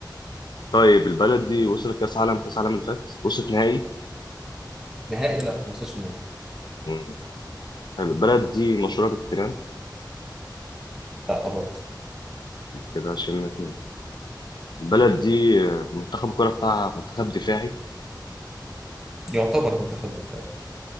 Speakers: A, on the left (about 65°); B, in the centre.
A: طيب البلد دي وصلت كاس عالم كاس عالم اللي فات وصلت نهائي
B: نهائي لا ما وصلش النهائي
A: مم. حلو البلد دي مشهوره بالتيران
B: لا برضه
A: كده شلنا اتنين البلد دي آه، منتخب الكوره بتاعها منتخب دفاعي
B: يعتبر منتخب دفاعي